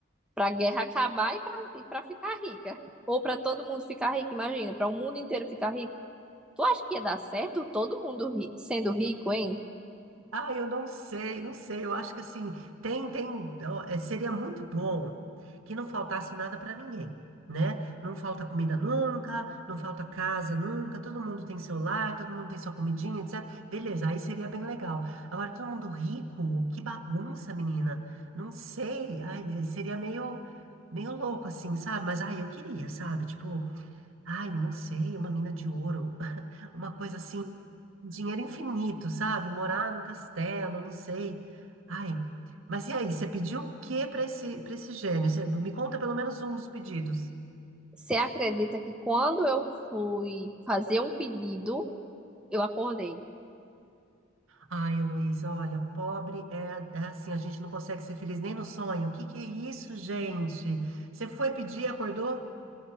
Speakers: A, in the centre; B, on the right.
A: pra guerra acabar e pra, e pra ficar rica. Ou pra todo mundo ficar rico, imagina, pra o mundo inteiro ficar rico. Tu acha que ia dar certo todo mundo ri- sendo rico, hein?
B: Ah, eu não sei, não sei. Eu acho que assim, tem, tem, ó, eh, seria muito bom que não faltasse nada para ninguém, né? Não falta comida nunca, não falta casa nunca, todo mundo tem seu lar, todo mundo tem sua comidinha, etc. Beleza, aí seria bem legal. Agora, todo mundo rico, que bagunça, menina. Não sei, ai, seria meio, meio louco assim, sabe? Mas ai, eu queria, sabe? Tipo, ai, não sei, uma mina de ouro, <laughs> uma coisa assim Dinheiro infinito, sabe? Morar num castelo, não sei. Ai, mas e aí? Você pediu o que para esse, para esse gênio? Você me conta pelo menos um dos pedidos.
A: Você acredita que quando eu fui fazer um pedido, eu acordei.
B: Ai, Heloísa, olha, pobre é, é assim, a gente não consegue ser feliz nem no sonho. O que que é isso, gente? Você foi pedir, acordou?